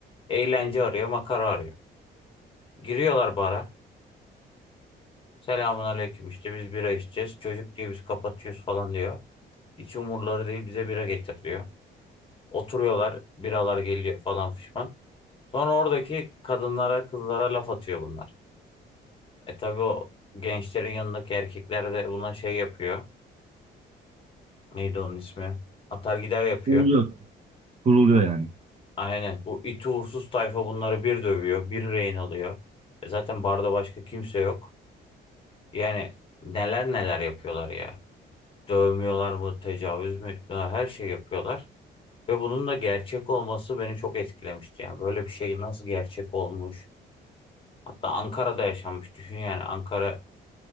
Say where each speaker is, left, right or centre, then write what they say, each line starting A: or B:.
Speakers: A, on the left (about 30°); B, on the right (about 40°).
A: Eğlence arıyor, makara arıyor. Giriyorlar bara. Selamun aleyküm işte biz bira içeceğiz. Çocuk diyor biz kapatıyoruz falan diyor. Hiç umurları değil bize bira getir diyor. Oturuyorlar biralar geliyor falan fişman. Sonra oradaki kadınlara kızlara laf atıyor bunlar. E tabi o gençlerin yanındaki erkekler de buna şey yapıyor. Neydi onun ismi? Atar gider yapıyor.
B: Kuruluyor. Kuruluyor
A: Bu
B: yani.
A: Aynen. Bu iti uğursuz tayfa bunları bir dövüyor, bir rehin alıyor. E zaten barda başka kimse yok. Yani neler neler yapıyorlar ya. Dövmüyorlar mı, tecavüz mü etmiyorlar, her şey yapıyorlar. Ve bunun da gerçek olması beni çok etkilemişti. Yani böyle bir şey nasıl gerçek olmuş? Hatta Ankara'da yaşanmış. Düşün yani Ankara